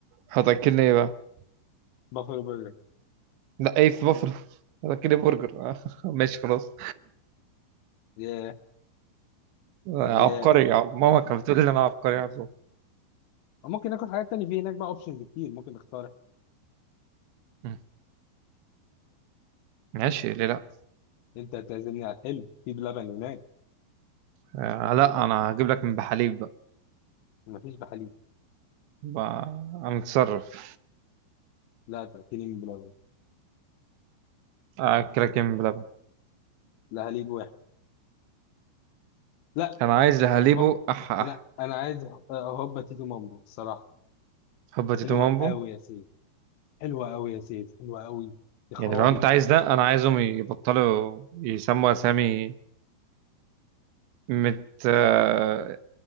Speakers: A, on the right (about 80°); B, on the left (about 75°).
A: هتاكلني ايه بقى
B: بافلو برجر
A: لا ايه في بافلو هتاكلني برجر <laughs> آه، ماشي خلاص
B: ياه
A: آه،
B: ياه
A: عبقري ماما كانت بتقول لي إن انا عبقري على طول.
B: ممكن ناكل حاجات تانية في هناك بقى اوبشنز كتير ممكن نختار
A: مم. ماشي ليه لا
B: انت تعزمني على الحلو في بلبن هناك
A: آه لا انا هجيب لك من بحليب بقى
B: مفيش بحليب
A: بقى- انا متصرف
B: لا تاكلني من بلبن
A: اكلك يمين بلبن
B: لا حليب واحد لا
A: انا عايز لهاليبو
B: هوب
A: اح اح
B: انا انا عايز آه، هوبا تيتو مامبو الصراحه
A: حبة تيتو
B: حلوه
A: مامبو
B: قوي يا سيف حلوه قوي يا سيف حلوه قوي يا خرابي
A: يعني لو انت عايز ده انا عايزهم يبطلوا يسموا اسامي مت آه،